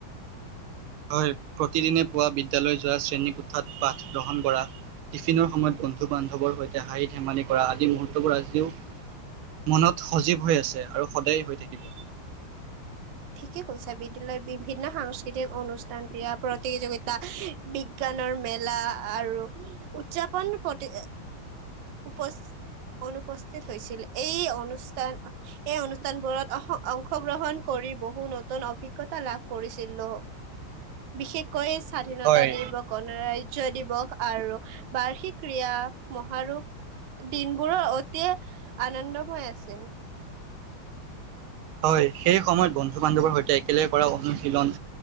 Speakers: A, on the right; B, on the right.
A: হয় প্ৰতিদিনে পুৱা বিদ্যালয় যোৱা শ্ৰেণীকোঠাত পাঠ গ্ৰহণ কৰা টিফিনৰ সময়ত বন্ধু বান্ধৱৰ সৈতে হাঁহি ধেমালি কৰা আদি মুহূৰ্তবোৰ আজিও মনত সজীৱ হৈ আছে আৰু সদায় হৈ থাকিব
B: ঠিকে কৈছা বিদ্যালয়ৰ বি বিভিন্ন সাংস্কৃতিক অনুষ্ঠান ক্ৰীড়া প্ৰতিযোগিতা বিজ্ঞানৰ মেলা আৰু উদযাপন প্ৰতি উপ অনুপস্থিত হৈছিল এই অনুষ্ঠান এই অনুষ্ঠানবোৰত অঁ অংশগ্ৰহণ কৰি বহু নতুন অভিজ্ঞতা লাভ কৰিছিলো বিশেষ কৈ স্বাধীনতা
A: হয়
B: দিব গণৰাজ্য ৰাজ্য দিৱস আৰু বাৰ্ষিক ক্ৰী়য়া মহাৰোপ দিনবোৰৰ অতি আনন্দময় আছিল
A: হয় সেই সময়ত বন্ধু বান্ধৱৰ সৈতে একেলগে কৰা অনু শিলণ